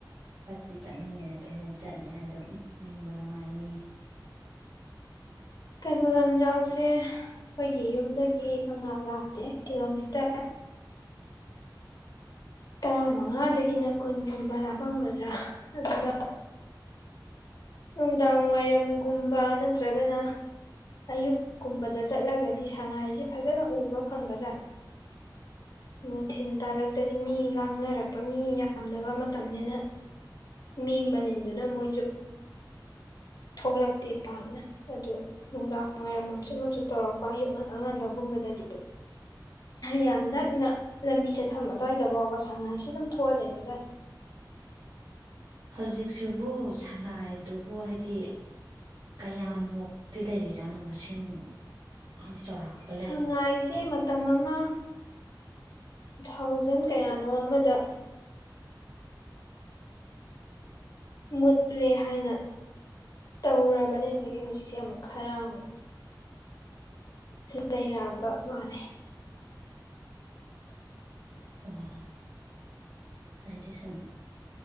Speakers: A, on the right; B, on the left.
A: ꯆꯠꯇꯤ ꯆꯠꯅꯤꯡꯕꯅꯦꯗ ꯅꯣꯏ ꯆꯠꯅꯤ ꯍꯥꯏꯗ ꯅꯨꯡꯕ ꯅꯨꯡꯉꯥꯏꯅꯤ
B: ꯀꯩꯕꯨꯜ ꯂꯝꯖꯥꯎꯁꯦ ꯑꯩꯈꯣꯏꯒꯤ ꯌꯨꯝꯗꯒꯤ ꯄꯪ ꯂꯥꯛꯗꯦ ꯀꯤꯂꯣꯃꯤꯇꯔ ꯇꯔꯥꯃꯉꯥꯗꯒꯤꯅ ꯀꯨꯟꯒꯨꯝꯕ ꯂꯥꯞꯄꯝꯒꯗ꯭ꯔꯥ ꯑꯗꯨꯗ ꯅꯨꯡꯗꯥꯡ ꯋꯥꯏꯔꯝ ꯒꯨꯝꯕ ꯅꯠꯇ꯭ꯔꯒꯅ ꯑꯌꯨꯛ ꯀꯨꯝꯕꯗ ꯆꯠꯂꯒꯗꯤ ꯁꯉꯥꯏꯁꯤ ꯐꯖꯅ ꯎꯕ ꯐꯪꯕꯖꯥꯠꯅꯤ ꯅꯨꯡꯊꯤꯜ ꯇꯥꯜꯂꯛꯇꯗꯤ ꯃꯤ ꯂꯥꯡꯅꯔꯛꯄ ꯃꯤ ꯌꯥꯝꯅꯕ ꯃꯇꯝꯅꯤꯅ ꯃꯤ ꯃꯅꯤꯟꯗꯨꯅ ꯃꯣꯏꯁꯨ ꯊꯣꯛꯂꯛꯇꯦ ꯄꯥꯛꯅ ꯑꯗꯨ ꯅꯨꯡꯗꯥꯡ ꯋꯥꯏꯔꯝ ꯃꯪꯁꯨꯨꯞ ꯑꯃꯪꯁꯨꯨꯞ ꯇꯧꯔꯛꯄ ꯑꯌꯨꯛ ꯉ ꯑꯉꯟꯕꯒꯨꯝꯕꯗꯗꯤ ꯌꯥꯝ ꯅꯛꯅ ꯂꯝꯕꯤ ꯆꯠꯐꯝ ꯑꯗꯨꯋꯥꯏꯗ ꯐꯥꯎꯕ ꯁꯉꯥꯏꯁꯤ ꯑꯗꯨꯝ ꯊꯣꯛꯑ ꯂꯩꯕꯖꯥꯠꯅꯤ
A: ꯍꯧꯖꯤꯛꯁꯤꯕꯨ ꯁꯉꯥꯏꯗꯨꯕꯨ ꯍꯥꯏꯗꯤ ꯀꯌꯥꯃꯨꯛꯇꯤ ꯂꯩꯔꯤꯖꯥꯠꯅꯣ ꯃꯁꯤꯡ ꯍꯥꯏꯗꯤ ꯆꯥꯎꯔꯥꯛꯄ
B: ꯁꯉꯥꯏꯁꯦ
A: ꯂꯩꯗꯅ
B: ꯃꯇꯝ ꯑꯃ ꯇꯨ ꯊꯥꯎꯖꯟ ꯀꯌꯥꯅꯣ ꯑꯃꯗ ꯃꯨꯠꯂꯦ ꯍꯥꯏꯅ ꯇꯧꯔ ꯕꯅꯦ ꯍꯧꯖꯤꯛ ꯏꯆꯦ ꯑꯃꯨꯛ ꯈꯔ ꯑꯃꯨꯛ ꯂꯩꯔꯕ ꯃꯥꯜꯂꯦ
A: ꯑꯣ ꯍꯥꯏꯗꯤ ꯁꯨꯝ